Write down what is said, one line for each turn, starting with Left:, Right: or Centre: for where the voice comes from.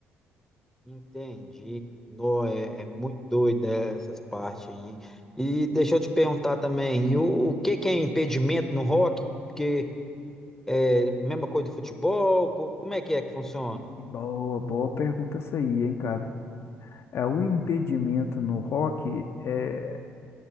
Centre: Entendi. Não, é, é muito doido essas partes aí. E deixa eu te perguntar também, e o, o que que é impedimento no rock? Porque é mesma coisa do futebol, co- como é que é que funciona?
Left: Boa, boa pergunta essa aí, hein, cara. É, o impedimento no rock é,